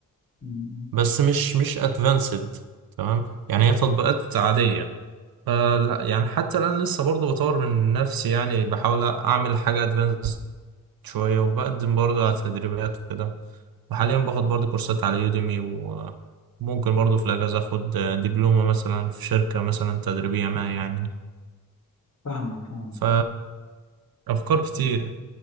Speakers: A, on the left (about 60°); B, on the right (about 80°).
A: م- م.
B: بس مش مش ادفانسد تمام يعني هي تطبيقات عادية فلا يعني حتى الآن لسه برضه بطور من نفسي يعني بحاول أعمل حاجة ادفانسد شوية وبقدم برضه على تدريبات وكده وحاليا باخد برضه كورسات على يوديمي وممكن برضه في الأجازة أخد آه، دبلومة مثلا في شركة مثلا تدريبية ما يعني
A: فاهمك فاهمك
B: ف أفكار كتير